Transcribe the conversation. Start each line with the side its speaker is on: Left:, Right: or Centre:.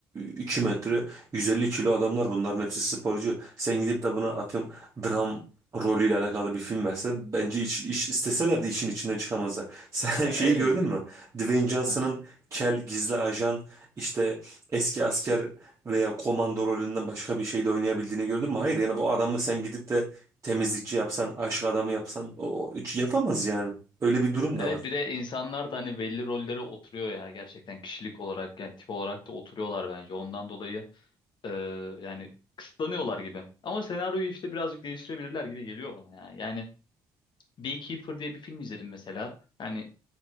Right: 2 metre 150 kilo adamlar bunların hepsi sporcu. Sen gidip de buna atıyorum dram rolüyle alakalı bir film versen bence iş, iş isteseler de işin içinden çıkamazlar. <laughs> Sen
Left: ya
Right: şeyi
Left: evet.
Right: gördün mü? Dwayne Johnson'ın
Left: Heh.
Right: kel gizli ajan işte eski asker veya komando rolünden başka bir şeyde oynayabildiğini gördün mü? Hayır yani bu adamı sen gidip de temizlikçi yapsan, aşk adamı yapsan o, o hiç yapamaz yani. Öyle bir durum
Left: Evet
Right: da var.
Left: bir de insanlar da hani belli rollere oturuyor ya gerçekten kişilik olarak yani tip olarak da oturuyorlar bence. Ondan dolayı e, yani kısıtlanıyorlar gibi. Ama senaryoyu işte birazcık değiştirebilirler gibi geliyor bana ya. Yani Beekeeper diye bir film izledim mesela. Yani